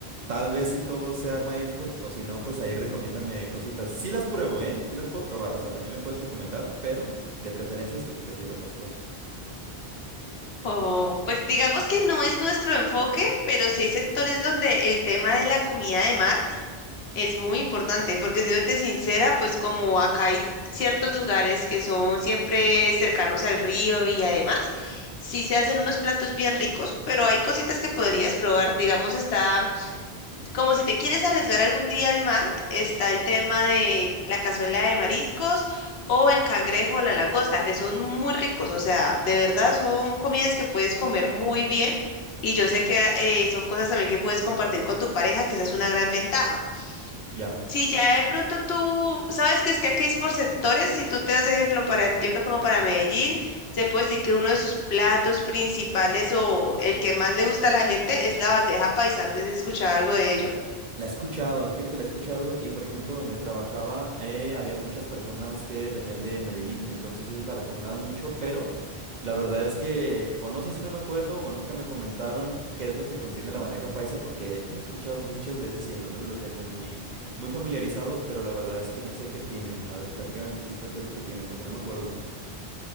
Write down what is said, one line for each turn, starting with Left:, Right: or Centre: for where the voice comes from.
Right: Tal vez si todo sea mariscos o si no, pues ahí recomiéndame cositas. Sí las pruebo, ¿eh? Sí las puedo probar. O sea, también me puedes recomendar, pero de preferencias, pues prefiero otras cosas.
Left: O, pues digamos que no es nuestro enfoque, pero sí hay sectores donde el tema de la comida de mar es muy importante, porque siéndote sincera, pues como acá hay ciertos lugares que son siempre cercanos al río y además sí se hacen unos platos bien ricos, pero hay cositas que podrías probar. Digamos, está como si te quieres arriesgar algún día al mar, está el tema de la cazuela de mariscos o el cangrejo o la langosta, que son muy ricos, o sea, de verdad son comidas que puedes comer muy bien y yo sé que eh, son cosas también que puedes compartir con tu pareja, que esa es una gran ventaja.
Right: Ya.
Left: Si ya de pronto tú sabes que es que aquí es por sectores, si tú te das de ejemplo para Antioquia como para Medellín, se puede decir que uno de sus platos principales o el que más le gusta a la gente es la bandeja paisa, no sé si has escuchado algo de ello.
Right: La he escuchado, fíjate que la he escuchado y por ejemplo donde trabajaba eh, había muchas personas que venían de Medellín, entonces ellos la recomendaban mucho, pero la verdad es que o no sé si no me acuerdo o nunca me comentaron qué es lo que contiene la bandeja paisa porque lo he escuchado muchas veces y el nombre lo tengo muy muy familiarizado, pero la verdad es que no sé qué tiene. A ver, platícame un poquito qué es lo que tiene porque no me acuerdo.